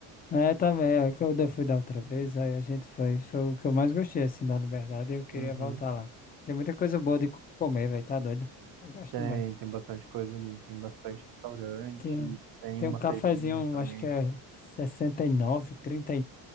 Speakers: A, on the left; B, on the right.
A: É, também, é que eu da- fui da outra vez, aí a gente foi, foi o que eu mais gostei, assim, da Liberdade, eu queria
B: Uhum.
A: voltar lá. Tem muita coisa boa de co- comer, velho, tá doido? Eu gosto
B: Tem,
A: demais.
B: tem bastante coisa ali. Tem bastante restaurante,
A: Tem, um-
B: tem
A: tem
B: uma
A: um cafezinho,
B: feirinha também.
A: acho que é sessenta e e e nove nove trinta